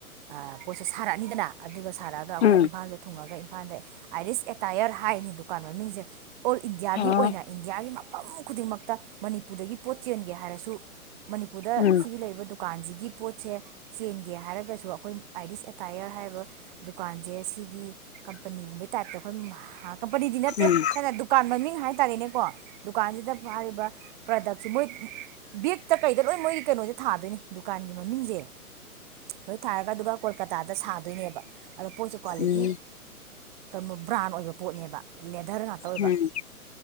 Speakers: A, on the right; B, on the left.
A: ꯑ ꯁꯥꯔꯛꯑꯅꯤꯗꯅ ꯑꯗꯨꯒ ꯁꯥꯔꯛꯑꯒ ꯑꯩꯈꯣꯏ
B: ꯎꯝ ꯎꯝ
A: ꯏꯝꯐꯥꯜꯗ ꯊꯣꯡꯉꯒ ꯥ ꯑꯥꯏꯔꯤꯁ ꯑꯦꯇꯥꯌꯔ ꯍꯥꯏ ꯗꯨꯀꯥꯟ ꯃꯃꯤꯡꯁꯦ ꯑꯣꯔ ꯏꯟꯗꯤꯌꯥꯒꯤ
B: ꯑꯣ
A: ꯑꯣꯏꯅ ꯏꯟꯗꯤꯌꯥꯒꯤ ꯃꯐꯝ ꯈꯨꯗꯤꯡꯃꯛꯇ ꯃꯅꯤꯄꯨꯔꯗꯒꯤ ꯄꯣꯠ ꯆꯦꯟꯒꯦ ꯍꯥꯏꯔꯁꯨ ꯃꯅꯤꯄꯨꯔꯗ
B: ꯎꯝ
A: ꯁꯤꯒꯤ
B: ꯎꯝ
A: ꯂꯩꯕ꯭ꯔꯥ ꯗꯨ ꯗꯨꯀꯥꯟꯁꯤꯒꯤ ꯄꯣꯠꯁꯦ ꯆꯦꯟꯒꯦ ꯍꯥꯏꯔꯒꯁꯨ ꯑꯩꯈꯣꯏ ꯑꯥꯏꯔꯤꯁ ꯑꯦꯇꯥꯌꯔ ꯍꯥꯏꯕ ꯗꯨꯀꯥꯟꯁꯦ ꯁꯤꯒꯤ ꯀꯝꯄꯅꯤꯒꯨꯝꯕꯩ ꯇꯥꯏꯞꯇ ꯑꯩꯈꯣꯏ ꯀꯝꯄꯅꯤꯗꯤ ꯅꯠꯇꯦ
B: ꯎꯝ
A: ꯁ ꯗꯨ ꯗꯨꯀꯥꯟ ꯃꯃꯤꯡ ꯍꯥꯏꯇꯥꯔꯦꯅꯦꯀꯣ ꯗꯨꯀꯥꯟꯁꯤꯗ ꯃꯥꯔꯔꯤꯕ ꯄ꯭ꯔꯗꯛ ꯃꯣꯏ ꯕꯦꯛꯇ ꯀꯩꯗ ꯂꯣꯏ ꯃꯣꯏ ꯀꯩꯅꯣꯁꯦ ꯊꯥꯗꯣꯏꯅꯦ ꯗꯨꯀꯥꯟꯒꯤ ꯃꯃꯤꯡꯁꯦ ꯂꯣꯏ ꯊꯥꯔꯒ ꯑꯗꯨꯒ ꯀꯣꯜꯀꯇꯥꯗ ꯁꯥ ꯏꯅꯦꯕ ꯑꯗꯣ ꯄꯣꯠꯁꯨ ꯀ꯭ꯋꯥꯂꯤꯇꯤ
B: ꯎꯝ
A: ꯀꯩꯕ ꯕ꯭ꯔꯥꯟ ꯑꯣꯏꯕ ꯄꯣꯠꯅꯦꯕ ꯂꯦꯗꯔ ꯉꯥꯛꯇ ꯑꯣꯏꯕ
B: ꯎꯝ ꯎꯝ